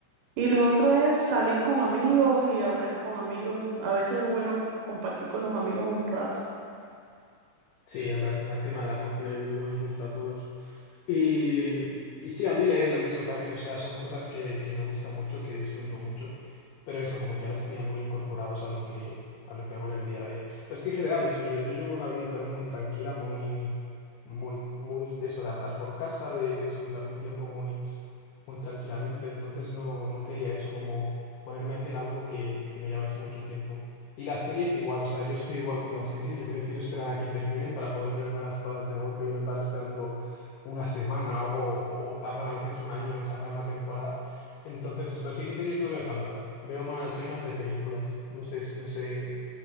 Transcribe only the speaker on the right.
Y lo otro es salir con amigos y hablar con amigos. A veces es bueno compartir con los amigos un rato.